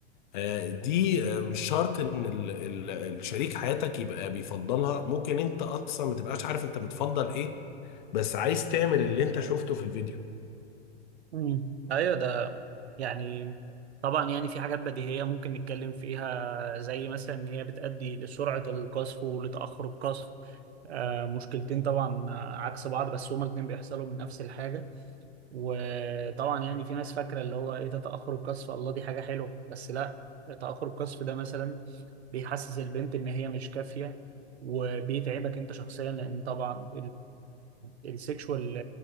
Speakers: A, on the left (about 45°); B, on the right (about 75°).
A: آه دي آه مش شرط ان ال ال الشريك حياتك يبقى بيفضلها ممكن انت اصلا ما تبقاش عارف انت بتفضل ايه بس عايز تعمل اللي انت شفته في الفيديو
B: امم ايوه ده يعني طبعا يعني في حاجات بديهية ممكن نتكلم فيها زي مثلا ان هي بتؤدي لسرعة القذف ولتأخر القذف آه مشكلتين طبعا آه، عكس بعض بس هما الاتنين بيحصلوا من نفس الحاجة وطبعا يعني في ناس فاكره اللي هو ايه ده تاخر القذف الله دي حاجه حلوه بس لا تاخر القذف ده مثلا بيحسس البنت ان هي مش كافيه وبيتعبك انت شخصيا لان طبعا السيكشوال